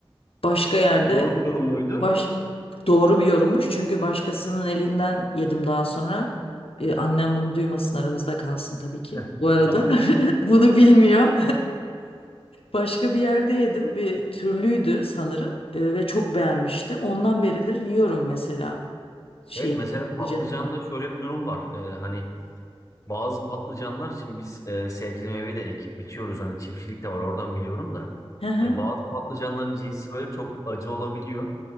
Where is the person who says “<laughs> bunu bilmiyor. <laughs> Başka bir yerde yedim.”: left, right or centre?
Left